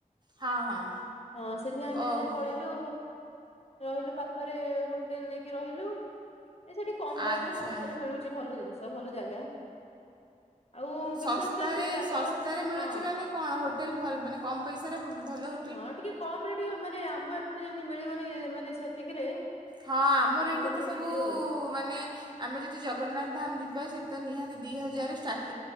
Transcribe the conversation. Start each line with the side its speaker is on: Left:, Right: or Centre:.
Right: ହଁ ହଁ
Left: ହଁ ସେଇଥିପାଇଁ ଆମେ
Right: ଓହୋ।
Left: ଦି ଜଣ ପଳେଇଲୁ ରହିଲୁ ପାଖରେ ହୋଟେଲ୍ ନେଇକି ରହିଲୁ ଏ ସେଠି କମ୍ ଦାମ୍
Right: ଆଚ୍ଛା
Left: ରେ ସତରେ ମିଳୁଛି ଭଲ ଜିନିଷ ଭଲ ଜାଗା ଆଉ ବିଶ୍ଵାସ
Right: ଶସ୍ତାରେ
Left: କର ସେ ଜାଗାର
Right: ଶସ୍ତାରେ ମିଳୁଛି
Left: ହଁ
Right: ମାନେ କଣ ହୋଟେଲ୍ ଭଲ ମାନେ କମ୍ ପଇସାରେ ଭଲ ହୋ
Left: ହଁ ଟିକେ କମ୍ ରେ ଟିକେ ମାନେ ଆମ ଏପଟେ ଯେମିତି ମିଳିବନି ମାନେ ସେତିକିରେ
Right: ହଁ ଆମର ଏଠି
Left: ସେଠି
Right: ତ ସବୁ
Left: ମିଳିଯିବ ଆଉ
Right: ମାନେ ଆମେ ଯଦି ଜଗନ୍ନାଥ ଧାମ ଯିବା ସେ ତ ନିହାତି ଦୁଇ ହଜାର ଷ୍ଟାର୍ଟ